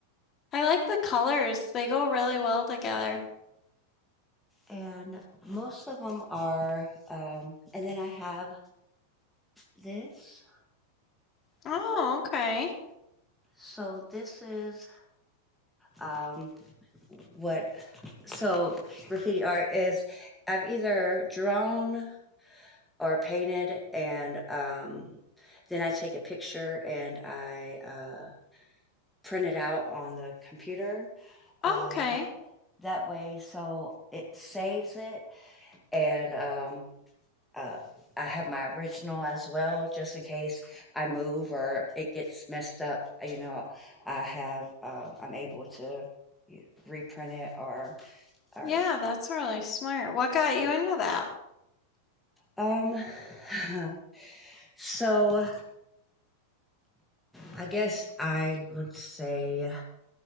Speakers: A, on the left; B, in the centre.
A: I like the colors. They go really well together.
B: And most of them are, um, and then I have this
A: Oh, okay.
B: So this is um, what so graffiti art is. I've either drawn or painted, and um, then I take a picture and I uh, print it out on the computer. Um,
A: Okay.
B: that way, so it saves it, and um, Uh, I have my original as well, just in case I move or it gets messed up. You know, I have um, I'm able to reprint it or or
A: Yeah, that's really smart. What got you into that?
B: um. <sighs> <laughs> so I guess I would say